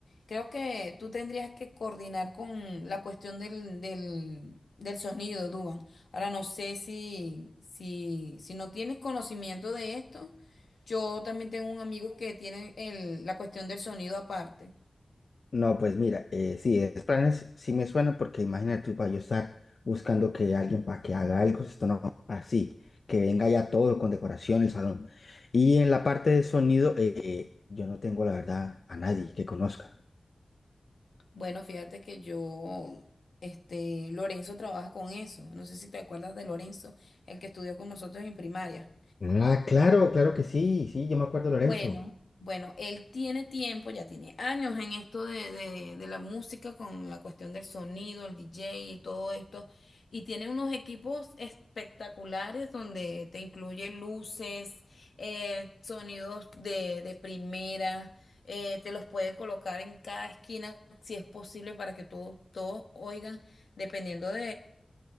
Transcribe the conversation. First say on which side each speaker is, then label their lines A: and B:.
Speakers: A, on the left; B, on the left.
A: creo que tú tendrías que coordinar con la cuestión del, del, del sonido, Duban. Ahora no sé si, si, si no tienes conocimiento de esto. Yo también tengo un amigo que tiene el- la cuestión del sonido aparte.
B: No, pues mira, eh, sí, esos planes sí me suena porque imagínate tú para yo estar buscando que alguien para que haga algo, esto no, así, que venga ya todo con decoración el salón. Y en la parte de sonido, eh, yo no tengo la verdad a nadie que conozca.
A: Bueno, fíjate que yo, este, Lorenzo trabaja con eso. No sé si te acuerdas de Lorenzo, el que estudió con nosotros en primaria.
B: Ah, claro, claro que sí, sí, yo me acuerdo, Lorenzo.
A: Bueno, bueno, él tiene tiempo, ya tiene años en esto de, de- de la música, con la cuestión del sonido, el DJ y todo esto, y tiene unos equipos espectaculares donde te incluye luces, eh, sonidos de, de primera, eh, te los puede colocar en cada esquina si es posible para que todos todos oigan, dependiendo